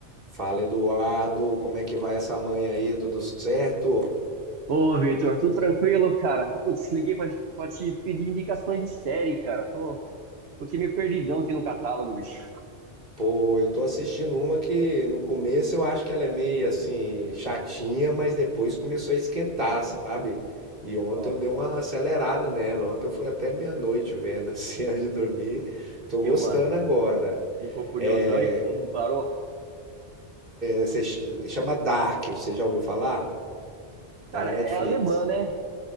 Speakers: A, on the right; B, on the right.
A: Fala, Eduardo, como é que vai essa manhã aí? Tudo certo?
B: Ô, Vitor, tudo tranquilo, cara? Putz, liguei pra, pra te pedir indicações de série, cara. Tô, tô aqui meio perdidão aqui no catálogo, bicho.
A: Pô, eu tô assistindo uma que no começo eu acho que ela é meio assim chatinha, mas depois começou a esquentar, sabe? E ontem
B: Qual?
A: eu dei uma acelerada nela. Ontem eu fui até meia-noite vendo assim <laughs> antes de dormir. Tô
B: Deu
A: gostando
B: uma...
A: agora.
B: Ficou curiosão
A: É,
B: e não parou?
A: é, se ch- chama Dark, você já ouviu falar?
B: Cara,
A: Tá na Netflix.
B: é alemã, né?